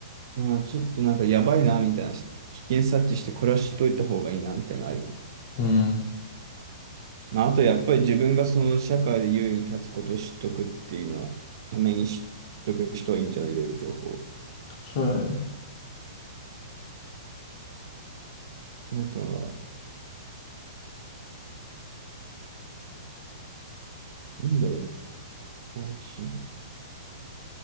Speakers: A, on the right (about 50°); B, on the left (about 35°).
A: うな。まあ、ちょっとなんかやばいな、みたいな。危険察知して、これは知っといた方がいいな、みたいなのあるよね。
B: うん、
A: まあ、あとやっぱり自分がその社会で優位に立つことを知っとくっていうのは、ために知っとく人はいいんじゃないいろいろ情報。
B: そうだね。
A: あとは、なんだろうね。好奇